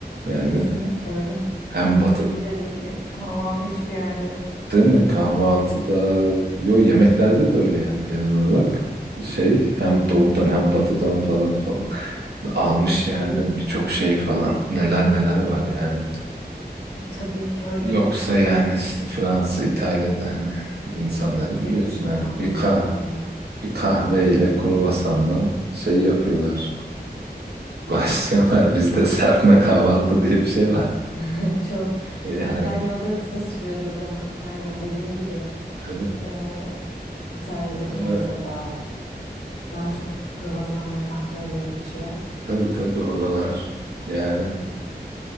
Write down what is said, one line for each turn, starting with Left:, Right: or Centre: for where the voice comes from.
Right: Yani
Left: kesinlikle öyle.
Right: hem
Left: Bence
Right: batı
Left: Türkiye'deki kahvaltı hiçbir yerde yok.
Right: Değil mi? Kahvaltıda, yo yemeklerde de öyle yani genel olarak. Şey hem doğudan hem batıdan falan falan almış
Left: E tabii,
Right: yani birçok şey falan neler neler var yani.
Left: e, tabii ki öyle.
Right: Yoksa yani
Left: E,
Right: işte Fransa, İtalya'da hani insanları
Left: zeytinyağlılar
Right: biliyorsun hani bir kah
Left: ayrı.
Right: bir kahveyle
Left: Tabii.
Right: kruvasanla şey yapıyorlar. <laughs> Başlıyorlar bizde serpme kahvaltı diye bir şey var.
Left: <laughs> Çok.
Right: E, Yani
Left: Yani o da kısa sürüyordur da hem aynen dediğin gibi
Right: tabii.
Left: e, İtalya'da,
Right: Ee,
Left: Fransa'da Daha çok kruvasan ve kahveyle geçiyor.
Right: tabii tabii oralar yani.